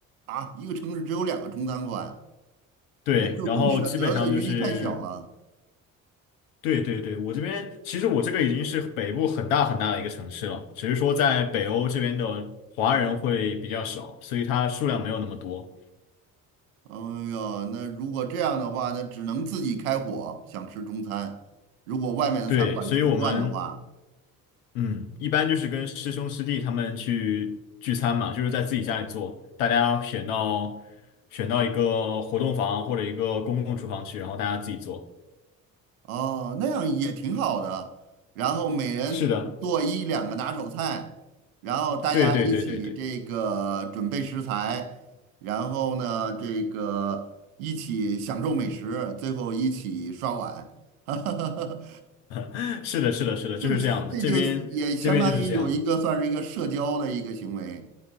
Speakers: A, on the right; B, on the left.
A: 啊，一个城市只有两个中餐馆，
B: 对，
A: 那可供选择的余地太小了。
B: 然后基本上就是。对对对，我这边其实我这个已经是北部很大很大的一个城市了，只是说在北欧这边的华人会比较少，所以它数量没有那么多。
A: 哎呦，那如果这样的话，那只能自己开火，想吃中餐。如果外面的餐馆吃不惯的话，
B: 对，所以我们嗯，一般就是跟师兄师弟他们去聚餐嘛，就是在自己家里做，大家选到选到一个活动房或者一个公共厨房去，然后大家自己做。
A: 哦，那样也挺好的。然后每人做一两个拿手菜，
B: 是的，
A: 然后大家一起这个准备食材，
B: 对对对对对，
A: 然后呢，这个一起享受美食，最后一起刷碗。<laughs>
B: <laughs> 是的，是的，是的，
A: 这这就也相当于有一个算是一个社交的一个行为，
B: 就是这样的，这边这边就是这样的。